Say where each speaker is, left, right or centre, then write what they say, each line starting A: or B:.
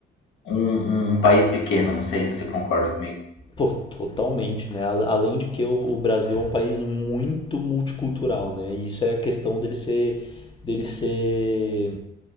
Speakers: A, on the left; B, on the left.
A: um, um- um país pequeno. Não sei se você concorda comigo.
B: Pô, totalmente, né? A- Além de que o, o Brasil é um país muito multicultural, né? E isso é a questão dele ser, dele ser